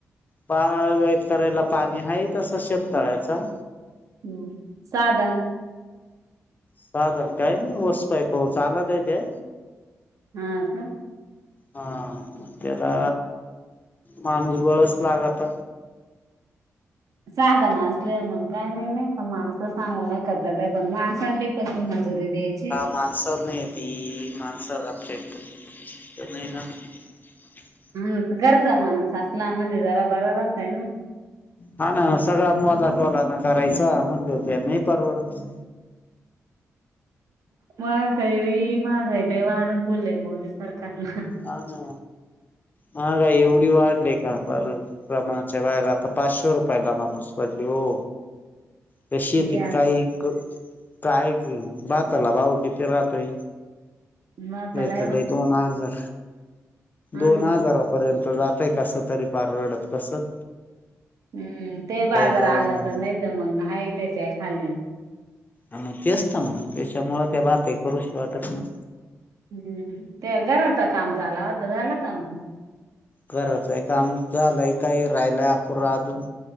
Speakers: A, on the left (about 30°); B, on the right (about 70°).
A: पागायत करायला पाणी हाय तसं शेततळ्याचं.
B: हम्म, साधन
A: साधण काय नाय ऊस पाईपव चालतय ते.
B: हा का?
A: हा मग त्याला माणूस बळच लागत.
B: साधन असल्याव मग काय नाय नाय. माणसं सांगून करताताय पण माणसांली पशी मंजुरी द्यायची?
A: माणसांना येती माणसं आपली येती <unintelligible>
B: हम्म, घरचा माणूस असला म्हणजे जरा बरा राहतय ना.
A: हा ना सगळा मोला टोलान करायचा म्हण <unintelligible> नाय परवडत.
B: महागाई बाई महागाई लय वाढून ठेवली मोदी सरकारनं.
A: हा ना, महागाई एवढी वाढली का पार प्रमाणाच्या बाहेर राहता पाचशे रुपयाला माणूस पडली वो.
B: <inaudible>
A: त्या शेतीत
B: गॅस
A: काय क -काय भाताला भाव किती राहतोय.
B: माताला
A: तय दोन हजार,
B: हा
A: दोन
B: ना
A: हजारात पर्यंत जातय कस तरी पार रडत कसंत.
B: हम्म, ते बाजार
A: भाव
B: आला
A: नाही
B: तर नाय त मग हाय त्याच्या खाली.
A: आ म तेच त ना म, त्याच्यामुळ त्या भातही करूशी वाटत नाय.
B: हम्म, त्या घराचा काम चाला होता झाला का मंग?
A: घराचं काम झालंय काय राहिलाय अपूरा अजून.